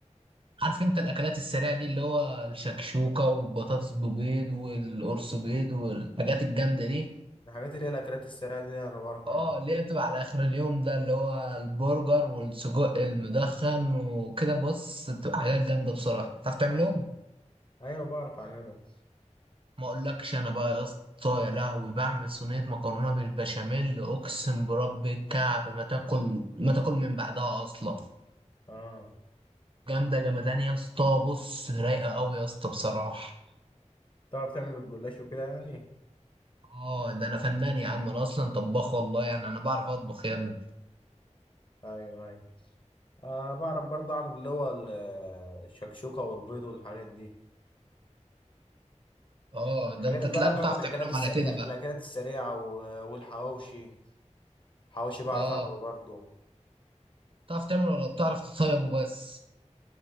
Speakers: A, on the right (about 45°); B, on the left (about 40°).
A: عارف انت الاكلات السريعه دي اللي هو الشكشوكه والبطاطس ببيض والقرص بيض
B: ايوه
A: والحاجات الجامده دي
B: الحاجات اللي هي الاكلات السريعه دي انا بعرف اعملها
A: اه اللي هي بتبقى على اخر اليوم ده اللي هو البرجر والسجق المدخن وكده بص بتبقى حاجات جامده بصراحه تعرف تعملهم
B: اه ايوه بعرف اعمله
A: ما اقولكش انا بقى يا اسطى يا لهوي بعمل صينيه مكرونه بالبشاميل اقسم برب الكعب ما تاكل ما تاكل من بعدها اصلا
B: اه
A: جامده جمدان يا اسطى بص رايقه قوي يا اسطى بصراحه
B: تعرف تعمل الجلاش وكده يعني
A: اه ده انا فنان يا عم انا اصلا طباخ والله يعني انا بعرف اطبخ يا ابني
B: ايوه ايوه آه بعرف برضه اعمل اللي هو ال- آه، الشكشوكة والبيض والحاجات دي
A: اه
B: الحاجات
A: ده انت تلاقيك
B: بقى بعمل
A: بتعرف تعملهم
B: الاكلات السريعة
A: على كده بقى
B: الاكلات السريعة و- والحواوشي حواوشي بعرف
A: اه
B: اعمله برضه
A: بتعرف تعمل ولا بتعرف تطيب وبس